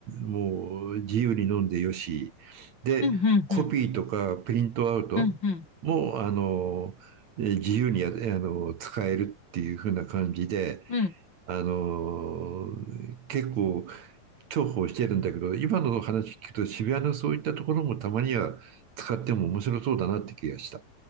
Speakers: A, on the right (about 65°); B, on the left (about 35°).
A: もう自由に飲んでよし。で、
B: うん。うん。
A: コピーとかプリントアウトも、
B: うん。うん。うん。
A: あの、えー自由にや、あの、使えるっていう風な感じで、
B: うん
A: あの、結構重宝してるんだけど、今の話聞くと渋谷のそういったところもたまには使っても面白そうだなって気がした。